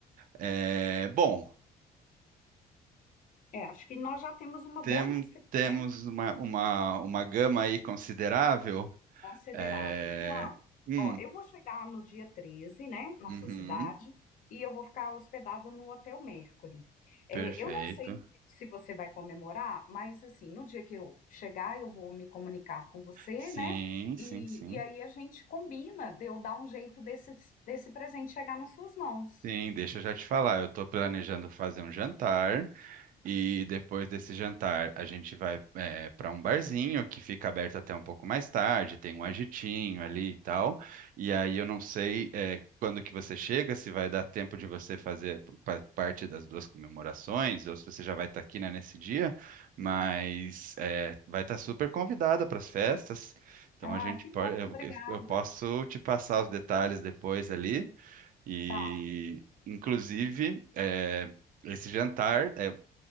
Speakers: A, on the right; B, on the left.
A: É, bom,
B: É, acho que nós já temos uma
A: tem-
B: boa lista aqui,
A: temos
B: né?
A: uma, uma, uma gama aí considerável.
B: Considerável.
A: É,
B: João,
A: hum,
B: ó, eu vou chegar no dia treze né, na
A: uhum,
B: sua cidade, e eu vou ficar hospedada no Hotel Mercury. É,
A: perfeito.
B: eu não sei se você vai comemorar, mas assim, no dia que eu chegar, eu vou me comunicar com você,
A: Sim,
B: né?
A: sim,
B: E,
A: sim.
B: e aí a gente combina de eu dar um jeito desse, desse presente chegar nas suas mãos.
A: Sim, deixa eu já te falar. Eu estou planejando fazer um jantar. E depois desse jantar, a gente vai para um barzinho que fica aberto até um pouco mais tarde, tem um agitinho ali e tal. E aí eu não sei é, quando que você chega, se vai dar tempo de você fazer pa- parte das duas comemorações, ou se você já vai estar aqui, né, nesse dia, mas é, vai estar super convidada para as festas. Então
B: Ah,
A: a gente
B: que
A: pode,
B: bom,
A: eu,
B: obrigada.
A: eu posso te passar os detalhes depois ali. E
B: Tá.
A: inclusive. é, esse jantar. eh,